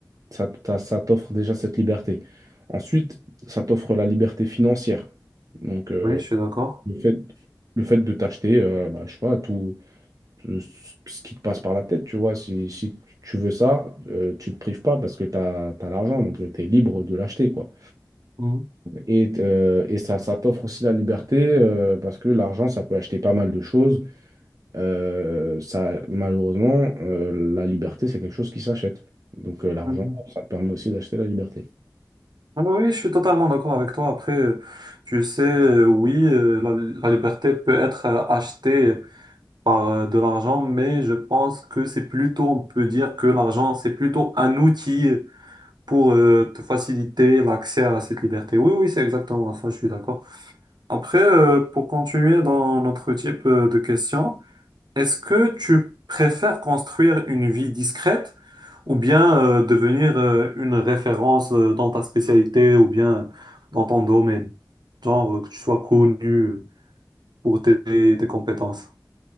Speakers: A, on the right; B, on the right.
A: ça, t'as- ça t'offre déjà cette liberté. Ensuite, ça t'offre la liberté financière. Donc, euh,
B: Oui, je suis d'accord.
A: le fait, le fait de t'acheter, euh, bah, je sais pas, tout, tout ce ce qui te passe par la tête, tu vois. Si, si tu veux ça, euh, tu te prives pas parce que tu as, l'argent, donc tu es libre de l'acheter, quoi.
B: Mhm.
A: Et, euh, et ça, ça t'offre aussi la liberté euh, parce que l'argent, ça peut acheter pas mal de choses. Euh, ça, malheureusement, euh, la liberté, c'est quelque chose qui s'achète. Donc euh, l'argent,
B: Mhm.
A: ça te permet aussi d'acheter la liberté.
B: Ah Oui, je suis totalement d'accord avec toi. Après, euh, tu sais, euh, oui, euh, la, la liberté peut être euh, achetée par euh, de l'argent, mais je pense que c'est plutôt, on peut dire que l'argent, c'est plutôt un outil pour euh, te faciliter l'accès à cette liberté. Oui, oui, c'est exactement ça, je suis d'accord. Après, euh, pour continuer dans notre type euh, de questions, est-ce que tu préfères construire une vie discrète ou bien euh, devenir euh, une référence euh, dans ta spécialité ou bien dans ton domaine, genre euh, que tu sois connu pour tes, tes compétences?